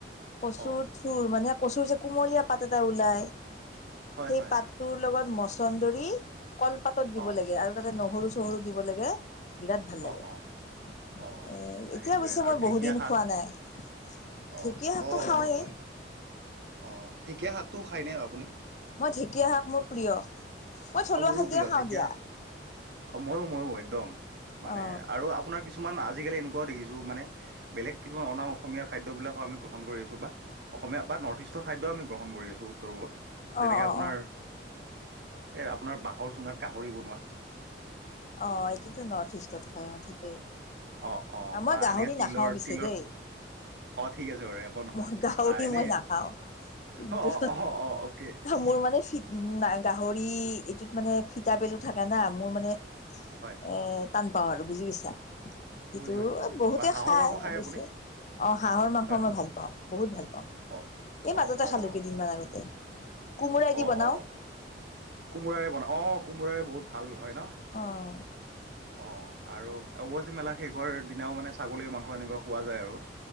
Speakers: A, on the left (about 40°); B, on the right (about 65°).
A: কচুৰ
B: অ
A: থুৰ মানে কচুৰ যে কুমলীয়া পাত এটা ওলাই।
B: হয়
A: সেই
B: হয়
A: পাতটোৰ লগত মচন্দৰি কলপাতত দিব
B: অ
A: লাগে, আৰু তাতে নহৰু চহৰু দিব লাগে। বিৰাট ভাল
B: অ
A: লাগে। এ
B: অ অ
A: এতিয়া
B: সেইটোৱে
A: অৱশ্যে
B: আৰু
A: মই
B: ঢেকীয়া
A: বহু দিন
B: শাক
A: খোৱা নাই ঢেঁকীয়া
B: অ,
A: শাকটো
B: অ,
A: খাওঁৱেই
B: অ, হয় হয় অ, ঢেকীয়া শাকটো খাই ন আপুনি?
A: মই ঢেঁকীয়া শাপ মোৰ প্ৰিয়, মই থলুৱা
B: অ মোৰো
A: সাকে
B: প্ৰিয়
A: খাওঁ
B: ঢেকীয়া
A: দিয়া।
B: শাক অ, ময়ো ময়ো একদম মানে
A: অ
B: আৰু আপোনাৰ কি কিছুমান আজিকালি এনেুৱও দেখিছো মানে, বেলেগ কিছুমান অনা অসমীয়াৰ খাদ্যবিলাকো আমি গ্ৰহণ কৰি আছো বা অসমীয়া বা নৰ্থ ইষ্টৰ খাদ্য আমি গ্ৰহণ কৰি আছোঁ উত্তৰ পূৰ্বত যেনেকে
A: অ অ
B: আপোনাৰ
A: অ
B: এ আপোনাৰ বাঁহৰ চুঙাত গাহৰি বনোৱা
A: অ, এটোয়াটো নৰ্থ ইষ্টত খাই অ।
B: অ', অ',
A: আমাৰ
B: বা
A: গাহৰি
B: এনেকে তিলৰ
A: নাখাও পিছে
B: তিলৰ
A: দেই
B: অ', ঠিক আছে বাৰু একো নহয়
A: মই গাহৰি
B: বা এনেই
A: মই নাখাওঁ। কিন্তু
B: অ', অ', অ', অ', অ'কে
A: মোৰ মানে গাহৰি এইটোত মানে ফটা পেলো থাকে না, মোৰ মানে
B: হয়
A: এ পাওঁ আৰু বুজি পিইছা সেইটো
B: বুজি পাইছোঁ বুজি পাইছোঁ
A: বহুতে
B: বা হাঁহৰ
A: খাই
B: মাংস খায়
A: অৱশ্যে
B: আপুনি
A: অ', হাঁহৰ মাংস
B: হয় হয়
A: মই ভাল পাওঁ পা বহুত ভাল পাওঁ,
B: অ',
A: এই মাজতে
B: অ', অ',
A: খালোঁ কেইদিনমান আগতে। কোমোৰা
B: অ',
A: দি বনাওঁ
B: অ', কোমোৰাৰে বন, অ। কোমোৰাৰে বহুত ভাল হয় ন?
A: অ',
B: অ', আৰু অৱচি মেলা শেষ শোৱাৰ দিনাও মানে ছাগলীৰ মাংস এনেকুৱা খোৱা যায় আৰু